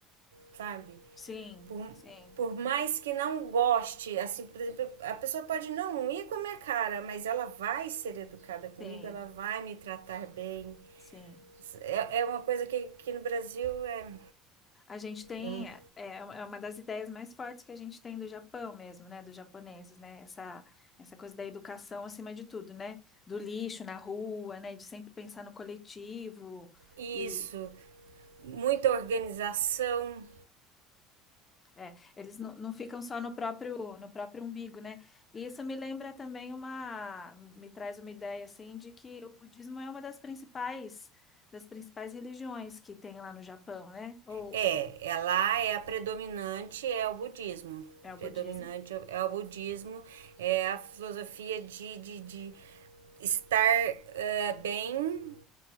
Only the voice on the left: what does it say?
Sim,
sim,
sim,
sim.
A gente tem,
é, é uma das ideias mais fortes que a gente tem do Japão mesmo, né, dos japoneses, né, essa, essa coisa da educação acima de tudo, né, do lixo na rua, né, de sempre pensar no coletivo
e
é, eles não, não ficam só no próprio, no próprio umbigo, né, e isso me lembra também uma, me traz uma ideia, assim, de que o budismo é uma das principais, das principais religiões que tem lá no Japão, né, ou
é o
budismo.